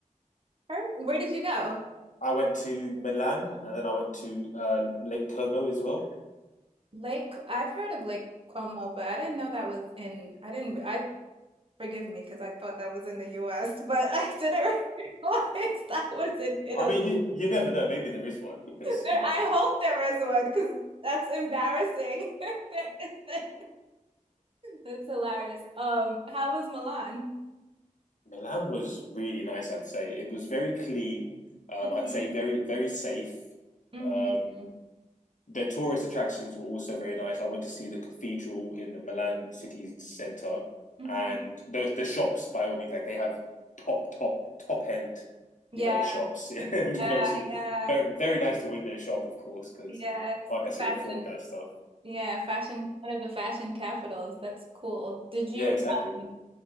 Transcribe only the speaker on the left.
I went to Milan and then I went to uh, Lake Como as well.
I mean, you you never know. Maybe there is one because
yeah,
Milan was really nice. I'd say it was very clean. Um,
I'd say very very safe.
Um, the tourist attractions were also very nice. I went to see the cathedral in the Milan city centre,
and those the shops by all means like they have top top top end,
you know, shops, <laughs> which
is obviously
very very nice to window shop, of course, because
can't
necessarily
afford that stuff.
Yeah, exactly.